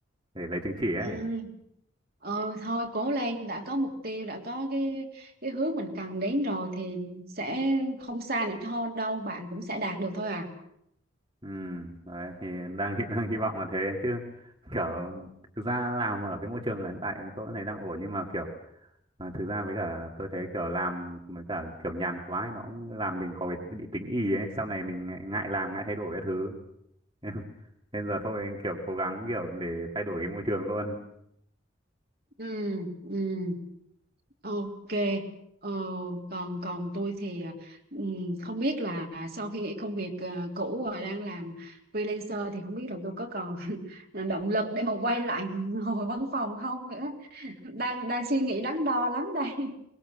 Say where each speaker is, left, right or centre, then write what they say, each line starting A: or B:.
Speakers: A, on the right (about 25°); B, on the right (about 50°).
A: để lấy chứng chỉ ấy.
B: ừ. Ờ, thôi cố lên đã có mục tiêu đã có cái cái hướng mình cần đến rồi thì sẽ không xa nữa thôi đâu bạn cũng sẽ đạt được thôi à
A: Ừ, đấy thì đang hy- <laughs> đang hy vọng là thế chứ kiểu thực ra làm ở cái môi trường hiện tại tôi cũng thấy đang ổn nhưng mà kiểu à, thực ra với cả tôi thấy kiểu làm với cả kiểu nhàn quá ấy, nó cũng làm mình có cái bị tính ì ấy sau này mình ngại, ngại làm ngại thay đổi cái thứ <laughs> nên nên giờ thôi kiểu cố gắng kiểu để thay đổi cái môi trường luôn
B: ừ, ừ. Ok, ờ, còn còn tôi thì à, ừm, không biết là sau khi nghỉ công việc à, cũ và đang làm freelancer thì không biết là tôi có còn <laughs> động lực để mà quay lại <laughs> ngồi văn phòng không nữa. Đang đang suy nghĩ đắn đo lắm đây.